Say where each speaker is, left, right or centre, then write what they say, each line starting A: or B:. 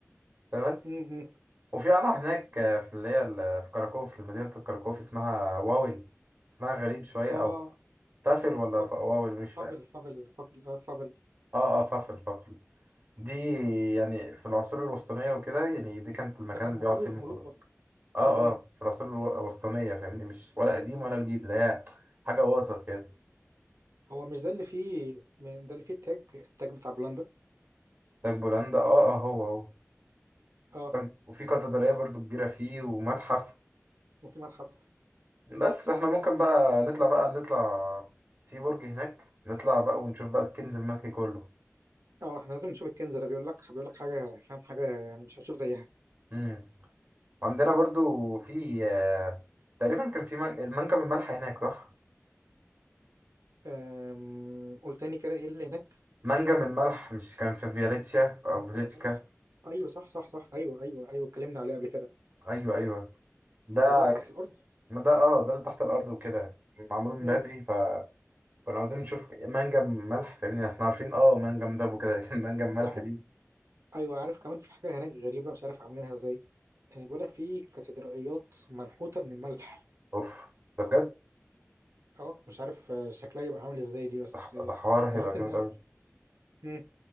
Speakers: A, on the right; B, on the right.
A: فبس
B: امم
A: وفي قلعة هناك آه، في اللي هي ال- في كراكوف في مدينة كراكوف اسمها واول اسمها غريب شوية
B: اه
A: او
B: اه
A: فافل ولا
B: ف-
A: ف- واول مش فاهم
B: فافل فافل فافل آه، فافل
A: اه اه فافل فافل دي يعني في العصور الوسطانية وكده يعني دي كانت المكان
B: ده كان
A: اللي
B: مقرر
A: بيقعد فيه
B: الملوك
A: المقدار
B: برضه
A: اه
B: امم
A: اه في العصور الو- الوسطانية فاهمني مش ولا قديم ولا جديد اللي هي حاجة وسط كده
B: هو مش ده اللي فيه م- ده اللي فيه التاج التاج بتاع بولندا
A: تاج بولندا اه اه هو هو
B: اه
A: كان- وفي كاتدرائية برضو كبيرة فيه ومتحف
B: وفي متحف
A: بس احنا ممكن بقى نطلع بقى نطلع في برج هناك نطلع بقى ونشوف بقى الكنز الملكي كله
B: اه احنا لازم نشوف الكنز ده بيقول لك بيقول لك حاجه فاهم حاجه يعني مش هتشوف زيها
A: امم عندنا برضو في آه، تقريبا كان في من- منجم الملح هناك صح؟
B: أم... قول تاني كده ايه اللي هناك
A: منجم الملح مش كان في فياليتشا او
B: منجم
A: فيليتشكا
B: الملح ايوه صح صح صح ايوه ايوه ايوه اتكلمنا عليه قبل كده
A: ايوه ايوه ده
B: مش ده اللي تحت الارض
A: ما ده اه ده اللي تحت الارض وكده معمول من
B: امم
A: بدري فكنا عاوزين نشوف منجم ملح فاهمني احنا عارفين اه منجم دب وكده لكن <laughs> منجم ملح
B: عارف
A: دي
B: ايوه عارف كمان في حاجه هناك غريبه مش عارف عاملينها ازاي آه، بيقول لك في كاتدرائيات منحوته من الملح
A: اوف ده بجد
B: اه مش عارف آه، شكلها يبقى عامل ازاي دي بس
A: ده ح-
B: آه،
A: ده حوار هيبقى
B: سمعت
A: جامد
B: انها
A: قوي
B: مم.